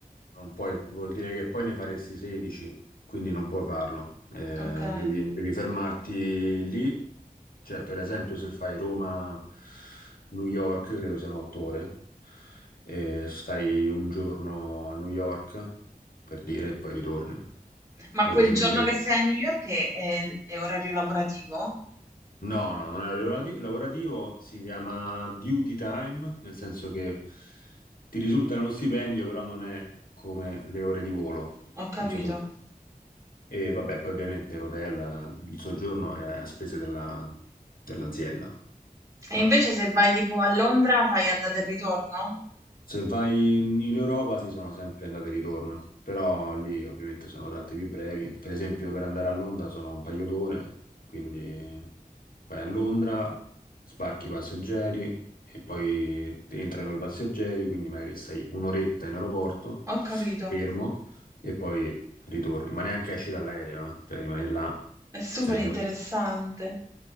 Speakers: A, on the left (about 70°); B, on the right (about 20°).
A: non puoi, vuol dire che poi ne faresti 16, quindi non puoi farlo. Eh,
B: Okay.
A: devi, devi fermarti lì Cioè, per esempio, se fai Roma-New York, credo siano otto ore, e stai un giorno a New York, per dire, e poi ritorni,
B: Ma
A: verosimilmente.
B: quel giorno che sei a New York è è è orario lavorativo?
A: No, no, non è lavorati- lavorativo, si chiama duty time, nel senso che ti risulta nello stipendio, però non è come le ore di volo.
B: Ho
A: Non
B: capito.
A: so se- E vabbè, poi ovviamente l'hotel, il soggiorno è a spese della- dell'azienda.
B: E
A: Vabbè.
B: invece se vai tipo a Londra fai andata e ritorno?
A: Se vai in in Europa si sono sempre andate e ritorno, però lì ovviamente sono tratte più brevi. Per esempio per andare a Londra sono un paio d'ore, quindi vai a Londra, sbarchi i passeggeri e poi entrano i passeggeri, quindi magari stai un'oretta in aeroporto,
B: Ho capito,
A: fermo, e poi ritorni, ma neanche esci dall'aereo, eh. Cioè rimani là,
B: è super
A: serve.
B: interessante.